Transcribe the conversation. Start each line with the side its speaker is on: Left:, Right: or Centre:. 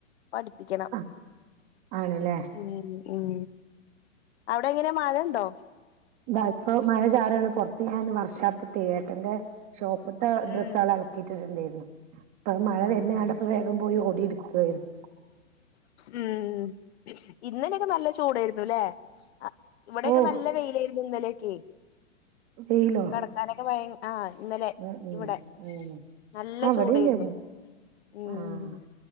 Left: പഠിപ്പിക്കണം
Right: ആഹ് ആണല്ലേ
Left: ഉം ഉം അവിടെ എങ്ങനെ മഴണ്ടോ
Right: ഇതാ ഇപ്പൊ മഴ ചാറാണ് പൊറത്ത് ഞാൻ വർക്ക്ഷാപ്പ്ത്തെ ഏട്ടെന്റെ ഷോപ്പ്ത്തെ ഡ്രസ്സള്
Left: ഉം
Right: അലക്ക ട്ടിട്ടുണ്ടായിരുന്നു അപ്പൊ മഴ
Left: ആഹ്
Right: വരുന്ന
Left: ആഹ്
Right: കണ്ടപ്പോ വേഗം പോയി ഓടി എടുക്കായിരുന്നു
Left: ഉം ഇന്നലെയൊക്കെ നല്ല ചൂടേര്ന്നുല്ലേ ഇവിടെക്കെ
Right: ഓഹ്
Left: നല്ല വെയിലായിരുന്നു ഇന്നലെക്കെ
Right: വെയിലോ
Left: നടക്കാനൊക്കെ ഭയ ആഹ് ഇന്നലെ
Right: ഉം ഉം
Left: ഇവിടെ
Right: ഉം
Left: നല്ല
Right: ആഹ് ഇവിടെണ്ടായിരുന്നു
Left: ചൂടേരുന്നു ഉം
Right: ആഹ്
Left: ഉം